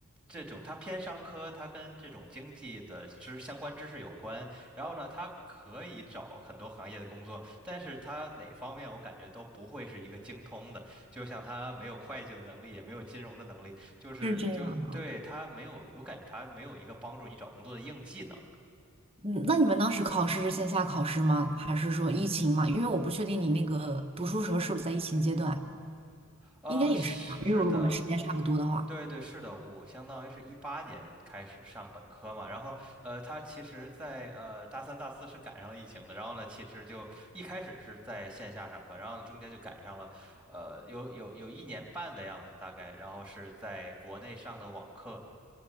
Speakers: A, in the centre; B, on the right (about 25°).
A: 这种它偏商科，它跟这种经济的知相关知识有关，然后呢，他可以找很多行业的工作，但是他哪方面我感觉都不会是一个精通的。就像他没有会计的能力，也没有金融的能力，就是就是对他没有，
B: 是这样啊。
A: 我感觉他没有一个帮助你找工作的硬技能。
B: 嗯，那你们当时考试是线下考试吗？还是说疫情嘛？因为我不确定你那个读书时候是不是在疫情阶段，
A: 呃，
B: 应该也是吧，
A: 是的，
B: 因为如果我们时间差不多的话。
A: 对对，是的，我相当于是一八年开始上本科嘛，然后呃，他其实在，呃大三、大四是赶上了疫情的，然后呢，其实就一开始是在线下上课，然后呢中间就赶上了，呃，有有有一年半的样子大概，然后是在国内上的网课，